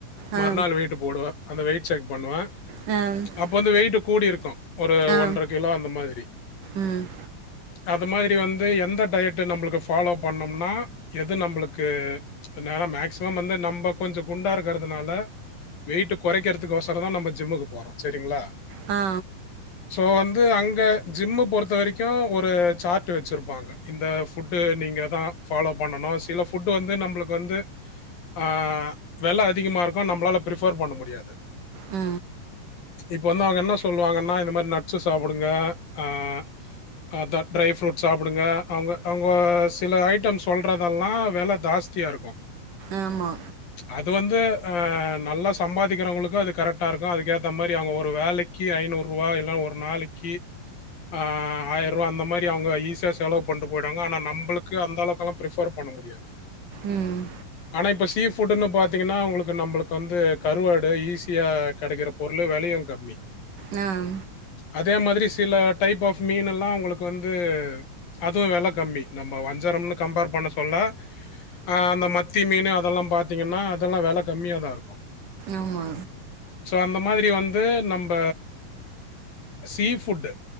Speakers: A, on the right; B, on the left.
A: ஆ
B: மறுநாள் வெயிட்டு போடுவேன் அந்த வெயிட்ட செக் பண்ணுவே
A: ஆ
B: அப்ப வந்து வெயிட் கூடி இருக்கு ஒரு
A: ஆ
B: ஒன்றரை கிலோ அந்த மாதிரி
A: ம்
B: அது மாதிரி வந்து எந்த டயட்டு நம்மளுக்கு ஃபாலோ பண்னோம்னா எது நம்மளுக்கு அதனால மேக்சிமம் வந்து நம்ம கொஞ்சோ குண்டா இருக்கிறதுனால வெயிட்டு குறைக்கிறதுக்கு வசரம் தா நம்ம ஜிம்முக்கு போறோ சரிங்களா
A: ஹா
B: சோ வந்து அங்க ஜிம்மு பொறுத்த வரைக்கு ஒரு சார்ட் வச்சிருப்பாங்க இந்த ஃபுட்டு நீங்க தா ஃபாலோ பண்ணனு சில ஃபுட் வந்து நம்மளுக்கு வந்து ஆஹ் விலை அதிகமா இருக்கு நம்மளால பிரிஃபர் பண்ண முடியாது
A: அ
B: இப்ப வந்து அவுங்க என்ன சொல்லுவாங்கன்னா இந்த மாறி நட்ஸ்சு சாப்புடுங்க ஆஹ் அதா ட்ரை ஃப்ரூட்ஸ் சாப்புடுங்க அவுங்க அவுங்க சில ஐட்டம் சொல்றதெல்லா வெல தாஸ் தியா இருக்கு
A: ஆமா
B: அது வந்து நல்லா சம்பாதிக்கிறவங்களுக்கு அது கரெட்டா இருக்கு அதுக்கு ஏத்த மாறி அவுங்க ஒரு வேலைக் கி ஐநூறுரூவா இல்ல ஒரு நாளக்கி ஆ ஆயர்வா அந்த மாறி அவுங்க ஈஸியா செலவு பண்ட்டு போய்டுவாங்க ஆனா நம்பளுக்கு அந்த அளவுக்கெலா பிரிஃபர் பண்ண முடியாது
A: ம்
B: ஆனா இப்ப சீ ஃபுட்டுன்னு பாத்தீங்கன்னா உங்குளுக்கு நம்பளுக்கு வந்து கருவாடு ஈஸியா கிடைக்கிற பொருளு வெலையும் கம்மி மி
A: நாம்
B: அதே மாதிரி சில டைப் ஆஃப் மீன்னெல்லா உங்களுக்கு வந்து அதும் வெல கம்மி நம்ம வஞ்சரம்னு கம்பேர் பண்ண சொல்ல ஆ அந்த மத்தி மீனு அதெல்லா பாத்தீங்கன்னா அதெல்லா வெல கம்மியாதா இருக்கு
A: ஆமா
B: சோ அந்த மாதிரி வந்து நம்ம சீ ஃபுட்டு